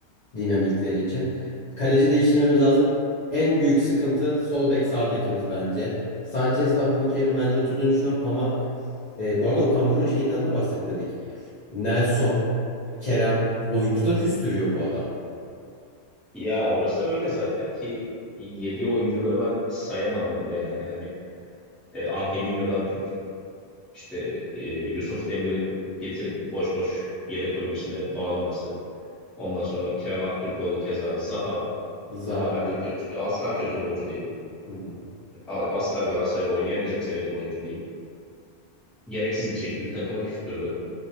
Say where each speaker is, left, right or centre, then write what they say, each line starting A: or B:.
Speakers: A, on the left (about 45°); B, in the centre.
A: dinamikleri için. Kaleci değiştirmemiz lazım. En büyük sıkıntı sol bek sağ bekimiz bence. Sanchez'le Abdülkerim bence oturduğunu düşünüyorum ama e, bu arada Okan Buruk'un şeyinden de bahsetmedik. Nelson, Kerem oyuncu da küstürüyor bu adam.
B: Ya orası öyle zaten ki yediği oyuncuları ben sayamadım bile yani hani e, Angelinho'dan tut işte e, Yusuf Demir'in getirip boş boş yedek kulübüsüne bağlaması. Ondan sonra Kerem Aktürkoğlu keza Zaha
A: Zaha.
B: Zaha bence
A: evet.
B: kötü asla kötü bir oyuncu değil.
A: Hı hı,
B: A- Asla Galatasaray'la oynayamayacak seviyede bir oyuncu değil. Gereksiz bir şekilde takıma küstürdü.